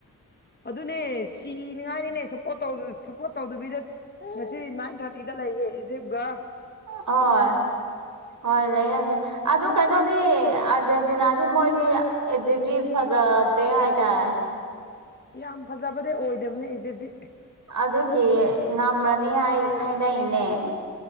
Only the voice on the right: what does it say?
ꯍꯣꯏ ꯍꯣꯏ ꯂꯩ <unintelligible> ꯑꯗꯨ ꯀꯩꯅꯣꯗꯤ ꯑꯥꯔꯖꯦꯟꯇꯤꯅꯥꯗꯤ ꯃꯣꯏꯒꯤ ꯑꯦꯖꯤꯞꯤ ꯐꯖꯗꯦ ꯍꯥꯏꯗꯥꯏ
ꯑꯗꯨꯒꯤ ꯉꯝꯃꯅꯤ ꯍꯥꯏꯅꯩꯅꯦ